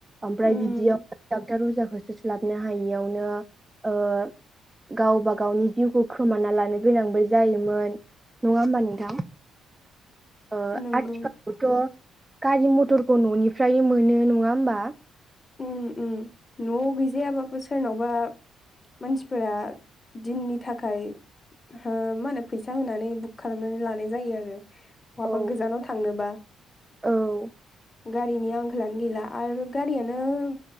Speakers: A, on the right; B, on the left.
A: ओमफ्राय
B: उम
A: बिदियावनो डाक्टर अजाखौ होसोस्लाबनो हायियावनो ओ गावबा गावनि जिउखौ खोमाना लानो गोनांबो जायोमोन नङा होमबा नोंथां।
B: <inaudible>
A: ओ
B: नंगौ
A: आथिखालावथ' गारि मथरखौ ननिफ्रायनो मोनो नङा होमबा।
B: उम उम नआव गैजायाबाबो सोरनावबा मानसिफोरा दिननि थाखाय हो मा होनो फैसा होनानै बुक खालामनानै लानाय जायो आरो बहाबा
A: औ
B: गोजानाव थांनोबा।
A: औ
B: गारिनि आंखालानो गैला आरो गारिया नो